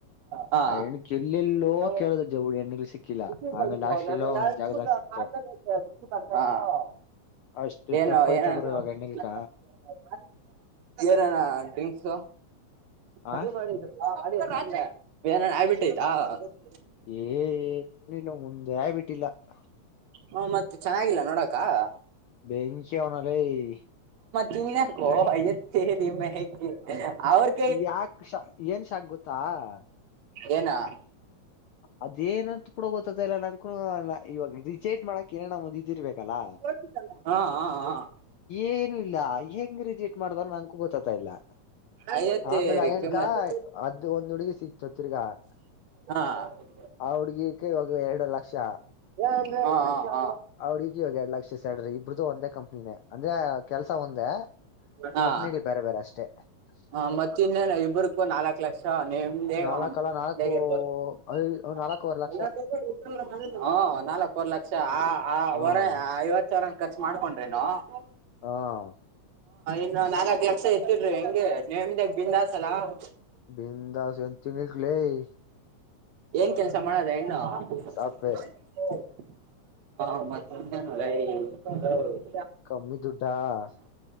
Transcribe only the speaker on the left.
ಆ ಹೆಣ್ಕ್ ಎಲ್ಲೆಲ್ಲೋ
ಕೇಳಿದ್ರ ಜವುಡಿ ಹೆಣ್ಣಿಗ್ ಸಿಕ್ಕಿಲ್ಲ
ಆಮೇಲೆ
ಲಾಸ್ಟ್
ಎಲ್ಲೋ ಒಂದ್
ಜಾಗದಾಗ
ಸಿಕ್ತು
ಅಷ್ಟು
ಟಪ್ ಐತ
ಗುರು ಇವಾಗ ಹೆಣ್ಣಿಲ್ಕ
ಆ
ಏನ್ ನೀ ಇನಿಲ್ ಮುಂದೆ ಆಗ್ಬಿಟ್ಟಿಲ್ಲ? <unintelligible>
ಬೆಂಕಿ ಅವನ ಲೇ? <unintelligible>
ಯಾಕ್ ಶಾ ಏನ್ ಶಾಕ್ ಗೊತ್ತಾ? <unintelligible>
ಅದೇನಂತ ಕೂಡ ಗೊತ್ತ ಆಯತ್ತ ಇಲ್ಲ ನಂಕೂ ಇವಾಗ ರಿಜೆಕ್ಟ್ ಮಾಡಕ್ ಏನರ ಒಂದ ಇದಿರ್ಬೇಕಲ್ಲಾ? <unintelligible>
ಏನು ಇಲ್ಲ ಹೆಂಗ ರೆಜೇಟ್ ಮಾಡದಾ ನಂಗೂ ಗೊತ್ತ ಆಗ್ತಾ ಇಲ್ಲ. <unintelligible>
ಆಮೇಲೆ ಅಯ್ಯಣಕ
ಅದು ಒಂದ್ ಹುಡುಗಿ ಸಿಕ್ತು ತಿರ್ಗಾ. <unintelligible>
ಆ ಹುಡಗಿಕ್ಕೆ ಇವಾಗ ಎರಡು ಲಕ್ಷ? <unintelligible>
ಆ ಹುಡುಗಿಗೆ ಇವಾಗ ಎರಡ್ ಲಕ್ಷ ಸ್ಯಾಲರಿ ಇಬ್ರುದು ಒಂದೇ ಕಂಪ್ನಿನೇ ಅಂದ್ರೆ ಕೆಲಸಾ ಒಂ <unintelligible> ಒಂದೇ
ಕಂಪ್ನಿನೀ ಬೇರೆ ಬೇರೆ ಅಷ್ಟೇ. <unintelligible>
ನಾಲ್ಕಲ್ಲ
ನಾಲ್ಕು
ಐ ನಾಲ್ಕೂವರೆ ಲಕ್ಷ
ಹಾ
ಹಾ <unintelligible>
ಬಂದಾಸ್ ಎಂತಿ ಎದಕ್ಕ ಲೇ? <unintelligible>
ಸಾಫ್ಟ್ವೇರ್
ಕಮ್ಮಿ ದುಡ್ಡಾ? <unintelligible>